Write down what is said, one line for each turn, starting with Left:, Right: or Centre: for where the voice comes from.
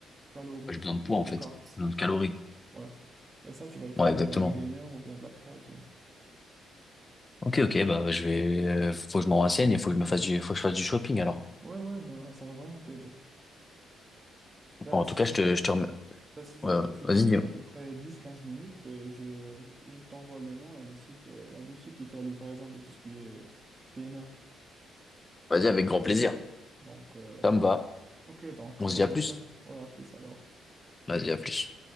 Right: calories,
Left: Bah, J'ai besoin de poids, en
Right: de
Left: fait.
Right: carbs.
Left: J'ai besoin de calories.
Right: Ouais. Et ça, tu vas trouver
Left: Ouais, exactement.
Right: dans les gainers ou bien de la créatine.
Left: Ok, ok, bah bah, je vais, euh, faut que je m'en renseigne et faut que je me
Right: Ouais.
Left: fasse du, faut que je fasse du shopping alors.
Right: Ouais, ouais, ben, ça va vraiment t'aider. Ben,
Left: Bon, en
Right: si
Left: tout cas,
Right: tu
Left: je
Right: veux,
Left: te,
Right: je-
Left: je te remets
Right: ben, si tu
Left: ouais,
Right: veux, tu
Left: vas-y,
Right: me donnes à peu près 10-15 minutes. euh, je, je t'envoie le nom et le site de la boutique qui fait la livraison de tout ce qui est gainer.
Left: vas-y avec grand
Right: Ça
Left: plaisir.
Right: te va? Donc, euh,
Left: Ça me va.
Right: ok, donc,
Left: On
Right: euh,
Left: se dit
Right: je
Left: à plus.
Right: cherche. Ouais, à plus alors.
Left: Vas-y, à plus.